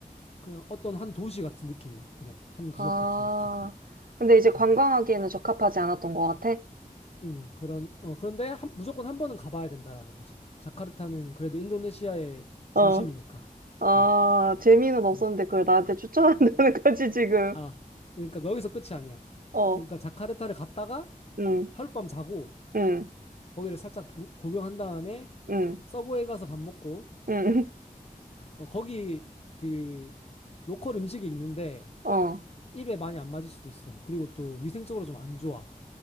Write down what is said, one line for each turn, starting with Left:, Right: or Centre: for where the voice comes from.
Left: 그냥 어떤 한 도시 같은 느낌이야. 그냥 한 구역
Right: 아,
Left: 같은 느낌.
Right: 근데 이제 관광하기에는
Left: 음,
Right: 적합하지 않았던 것 같아?
Left: 음, 그런, 어, 그런데 한- 무조건 한 번은 가봐야 된다라는 거지. 자카르타는 그래도 인도네시아의
Right: 어,
Left: 중심이니까.
Right: 아,
Left: 어,
Right: 재미는 없었는데
Left: 어.
Right: 그걸 나한테 추천한다는 <laughs> 거지, 지금.
Left: 아, 그러니까 여기서 끝이 아니야.
Right: 어,
Left: 그러니까 자카르타를 갔다가
Right: 응,
Left: 하룻밤 자고,
Right: 응,
Left: 거기를 살짝 부- 구경한 다음에
Right: 응,
Left: 서부에 가서 밥 먹고,
Right: 응,
Left: 어, 거기 그 로컬 음식이 있는데
Right: 어.
Left: 입에 많이 안 맞을 수도 있어. 그리고 또 위생적으로 좀 안 좋아.